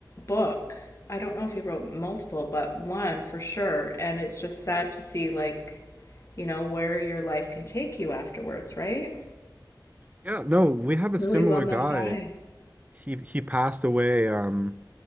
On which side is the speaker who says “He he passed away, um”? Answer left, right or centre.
Right